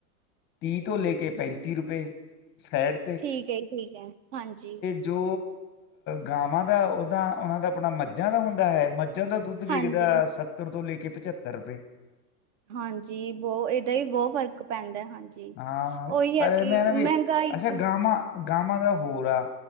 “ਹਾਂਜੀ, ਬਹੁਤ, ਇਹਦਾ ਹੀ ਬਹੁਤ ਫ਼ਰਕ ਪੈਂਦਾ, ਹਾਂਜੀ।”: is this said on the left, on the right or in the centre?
Right